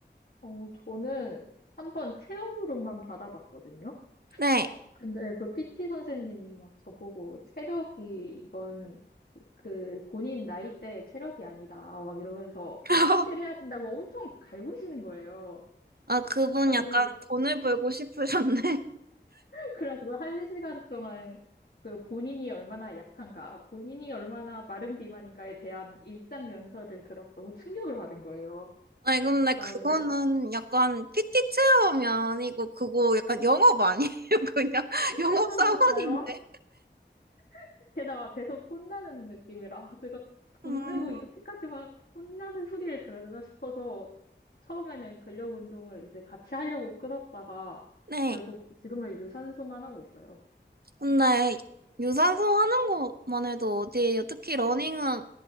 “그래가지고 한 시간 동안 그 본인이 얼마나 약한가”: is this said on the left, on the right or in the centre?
Left